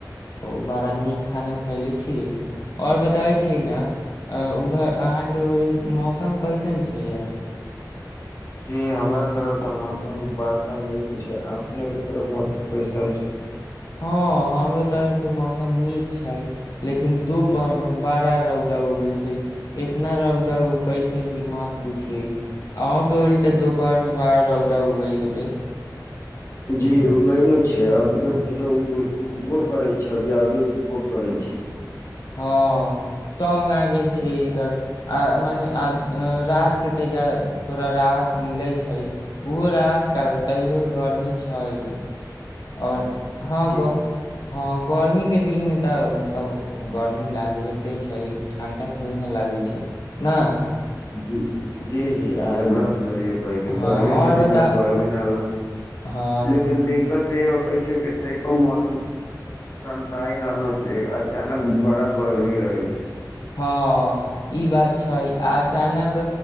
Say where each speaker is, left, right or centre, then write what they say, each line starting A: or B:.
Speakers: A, on the left; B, on the left.
A: ओ बड़ा नीक खाना खयले छीय आओर बताबै छीयै नए अ उधर अहाँके ओ मौसम कइ सन छै आज
B: जी हमरा तरफ मौसम बड़का नीक छै अपने तरफ मौसम कइसन छै
A: हँ हमरो तरफ के मौसम नीक छै लेकिन दूपहर मे बडा रौद उगय छै इतना रौदा उगय छै कि मात पूछिये अहो के ओड़ी त दो पहरमे बार रौदा उगई होतै
B: जी उगैल छै अभियो फे उगबो करै छै अभी आर उगबो करै छै
A: हँ तंग आ गेल छियै इधर आ मने राहत के तहिया थोड़ा राहत मिलै छै ओहो राहत तत्काल तैयो गर्मी छ आइ और हा
B: जी
A: ग गर्मी के दिन मे तऽ ओ सब गर्मी लागबते छै ठंडा थोड़े ने लागै छै नहि
B: जी जी जी आहाँ एकदम सही कहै छै
A: हँ
B: गर्मी
A: और
B: के
A: बता
B: दिन मे गर्मी नाला
A: हँ
B: लेकिन दिक्कत य पैसे कतेय कमत संताय ननु छै अचानक बड़ा गरमी रहै छै
A: हँ ई बात छै अचानक